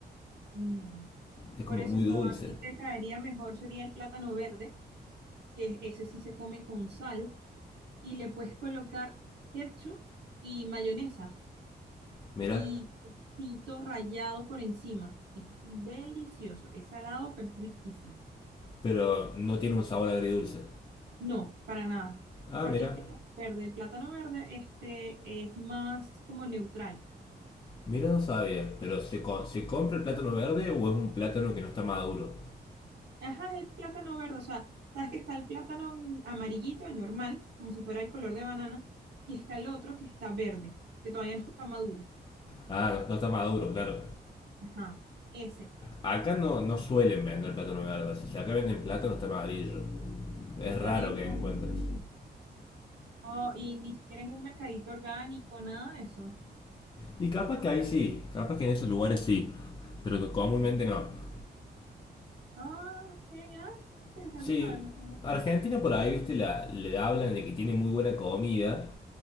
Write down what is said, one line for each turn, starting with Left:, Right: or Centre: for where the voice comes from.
Right: no.
Left: Es
Right: Por
Left: como
Right: eso
Left: muy
Right: no,
Left: dulce,
Right: a ti te caería mejor sería el plátano verde, que es- ese sí se come con sal, y le puedes colocar ketchup y mayonesa.
Left: mira,
Right: y quesito rallado por encima. Es delicioso, es salado, pero es riquísimo.
Left: pero no tiene un sabor agridulce.
Right: No, para nada,
Left: Ah,
Right: porque
Left: mira,
Right: es plátano verde. El plátano verde este, es más como neutral.
Left: mira no sabía, pero ¿se, co- se compra el plátano verde o es un plátano que no está maduro?
Right: Ajá, es el plátano verde, o sea, sabes que está el plátano amarillito, el normal, como si fuera el color de banana, y está el otro que está verde, que todavía no está maduro.
Left: Ah, no, no está maduro, claro.
Right: Ajá, ese.
Left: acá no, no suelen vender plátano verde, así que acá venden plátano está amarillo. Es
Right: Ya
Left: raro
Right: tienen que
Left: que
Right: estar...
Left: encuentres.
Right: oh, y ni siquiera en un mercadito orgánico, nada de eso.
Left: Y capaz que ahí sí, capaz que en esos lugares sí, pero comúnmente no.
Right: Ah, ok, ah, interesante
Left: Sí,
Right: saberlo, esto no
Left: Argentina
Right: sabía.
Left: por ahí, viste, la, le hablan de que tiene muy buena comida,